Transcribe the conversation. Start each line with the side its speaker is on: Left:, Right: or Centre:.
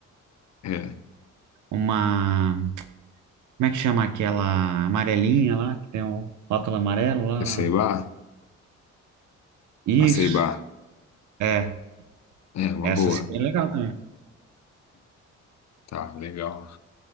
Left: É.
Right: uma, como é que chama aquela amarelinha lá, que tem um rótulo amarelo lá?
Left: Aceibá?
Right: Isso,
Left: Aceibá.
Right: é,
Left: É, uma
Right: essa
Left: boa.
Right: seria legal também.
Left: Tá, legal.